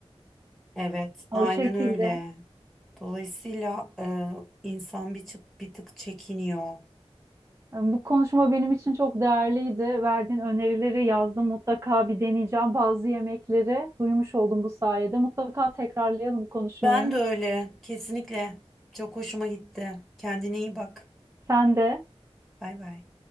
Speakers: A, in the centre; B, on the right (about 25°).
A: Evet, aynen
B: O şekilde.
A: öyle. Dolayısıyla e, insan bir, çı- bir tık çekiniyor.
B: Bu konuşma benim için çok değerliydi. Verdiğin önerileri yazdım. Mutlaka bir deneyeceğim bazı yemekleri. Duymuş oldum bu sayede. Mutlaka tekrarlayalım bu konuşmayı.
A: Ben de öyle. Kesinlikle. Çok hoşuma gitti. Kendine iyi bak.
B: Sen de
A: Bay bay.